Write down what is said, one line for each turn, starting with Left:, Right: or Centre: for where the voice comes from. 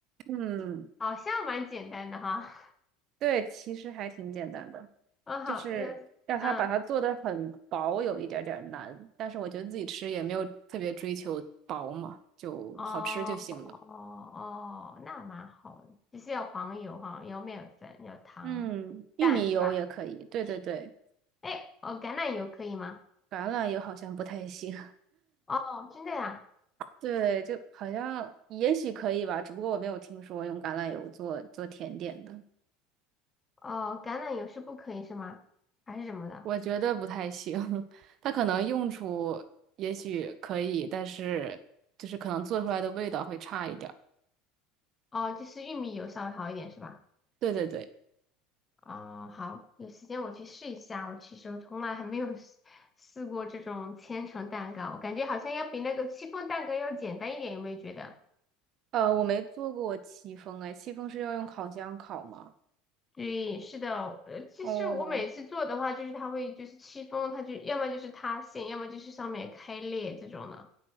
Right: 嗯，
Left: 好像蛮简单的哈。
Right: 对，其实还挺简单的，
Left: 嗯，
Right: 就是让它把它做的很薄，
Left: 好，嗯嗯，
Right: 有一点点儿难，但是我觉得自己吃也没有特别追求薄嘛，就好吃就行了。
Left: 哦哦，那蛮好的，就是要黄油哈，要面粉，要糖、
Right: 嗯，玉米油也可以，
Left: 蛋是吧？
Right: 对对对。
Left: 哎，哦，橄榄油可以吗？
Right: 橄榄油好像不太行，
Left: 哦，真的呀？
Right: <laughs> 对，就好像也许可以吧，只不过我没有听说用橄榄油做做甜点的，
Left: 哦，橄榄油是不可以是吗？还是什么的？
Right: 我觉得不太行。<laughs> 它可能用处也许可以，但是就是可能做出来的味道会差一点儿。
Left: 哦，就是玉米油稍微好一点是吧？
Right: 对对对，
Left: 哦，好，有时间我去试一下。我其实我从来还没有试试过这种千层蛋糕，我感觉好像要比那个戚风蛋糕要简单一点，有没有觉得？
Right: 呃，我没做过戚风，哎，戚风是要用烤箱烤吗？
Left: 对，是的，呃，其实我每次做的话，
Right: 哦，
Left: 就是它会就是戚风，它就要么就是塌陷，要么就是上面开裂这种的